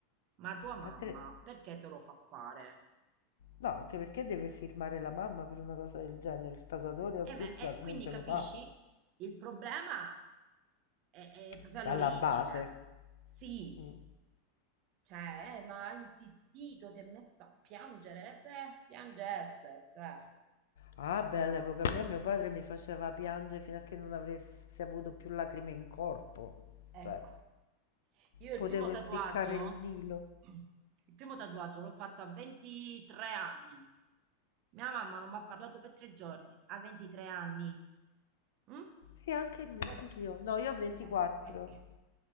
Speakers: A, on the right; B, on the left.
A: Ma tua mamma
B: A tre-
A: perché te lo fa fare?
B: No, anche perché deve firmare la mamma per una cosa del genere. Il tatuatore o
A: Eh,
B: il piercer
A: ma, eh, quindi
B: non te
A: capisci?
B: lo fa.
A: Il problema è, è proprio
B: Sta
A: all'origine.
B: alla base.
A: Sì,
B: Mm.
A: cioè, eh, ma ha insistito, si è messa a piangere, eh, beh, piange esse, cioè,
B: Ah, beh,
A: no.
B: all'epoca mia mio padre mi faceva piangere
A: <laughs>
B: fino a che non avessi avuto più lacrime in corpo.
A: Ecco,
B: Cioè,
A: io il
B: potevo
A: primo tatuaggio,
B: essiccare il Nilo.
A: <clears throat> il primo tatuaggio l'ho fatto a 23 anni. Mia mamma non mi ha parlato per tre giorni, a 23 anni. Mm?
B: Sì, anche me,
A: Que-
B: anch'io. No, io ho 24.
A: cioè. <clears throat>